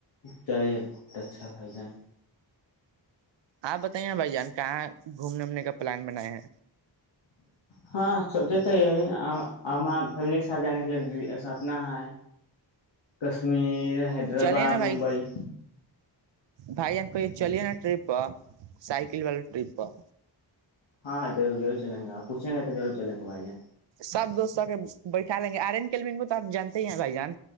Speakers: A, on the left (about 85°); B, on the right (about 70°).
A: چلے بہت اچھا کھائی جان
B: آپ بتائیے نا بھائی جان کہاں گھومنے اومنے کا پلان بناائے ہیں
A: ہاں سوچت ہما فیملی کے ساتھ جانے کے لیے سپنا ہے کشمیر حیدرآباد
B: چلیے نا بھائی
A: ممبئی
B: بھائی جن کو یہ چلیےناا پ سائکل واللا پ
A: ہاں ضرور ضرور چلیں گے آپ پوچیں گے تو ضرور چلیں گے بھائی جان
B: سب دوستوں کے بیٹھا لیں گے آرین کلگو تو آپ جانتے ہی ہیں بھائی جان